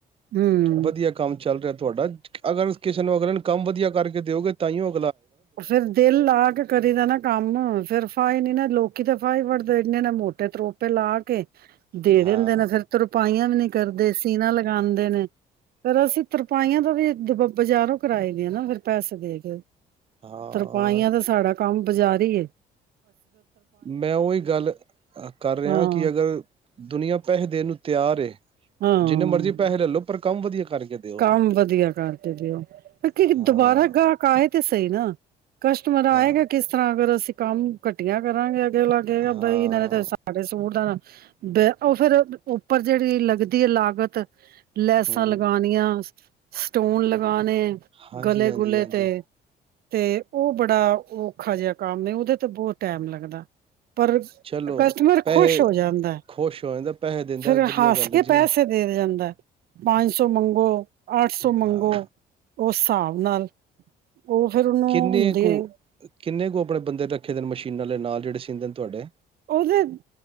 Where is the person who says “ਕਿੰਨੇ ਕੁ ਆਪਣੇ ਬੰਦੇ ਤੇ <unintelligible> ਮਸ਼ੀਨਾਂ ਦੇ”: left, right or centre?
Right